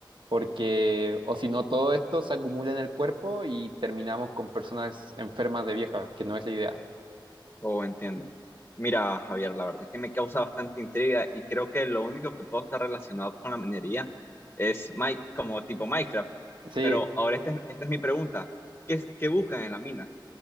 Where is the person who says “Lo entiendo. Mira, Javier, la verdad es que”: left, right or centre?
Left